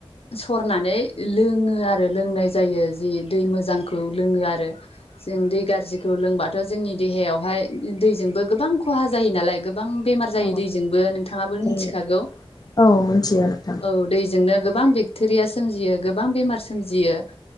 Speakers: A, on the left; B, on the left.
A: सरनानै लोङो आरो लोंनाय जायो जि दै मोजांखौ लोङो आरो। जों दै गाज्रिखौ लोंबा थ जोंनि देहायावहाय दै जोंबो गोबां खहा जायो नालाय गो बां बेमार जायो
B: औ
A: दैजोंबो नोंथाङाबो
B: जायो
A: मिथिखागौ
B: औ मिथियो नोंथां
A: औ दैजोंनो गोबां बे थोरिया सोमजियो गो बां बेमार सोमजियो